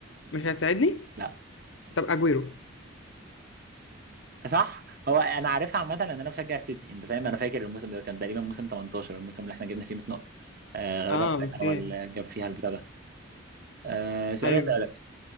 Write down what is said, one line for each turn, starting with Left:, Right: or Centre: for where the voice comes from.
Left: مش هتساعدني
Right: لا
Left: طب أجويرو
Right: صح هو انا عارفها عامه لان انا بشجع السيتي انت فاهم انا فاكر الموسم ده كان تقريبا موسم 18 الموسم اللي احنا جبنا فيه 100 نقطه آه غالبا
Left: اه
Right: ده
Left: اوكي
Right: كان اول جاب فيها البتاع ده آه سؤال
Left: ايوه
Right: اسالك